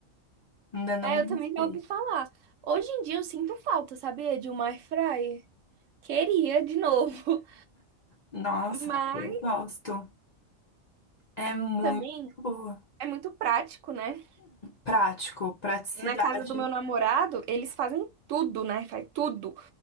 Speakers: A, on the left (about 60°); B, on the right (about 70°).
A: Ainda não
B: É,
A: me
B: eu
A: arrisquei.
B: também já ouvi falar. Hoje em dia eu sinto falta, sabia, de uma air fryer. Queria de novo.
A: Nossa,
B: Mas
A: eu gosto. É muito
B: também
A: boa.
B: é muito prático, né?
A: Prático, praticidade.
B: Na casa do meu namorado, eles fazem tudo na airfry, tudo.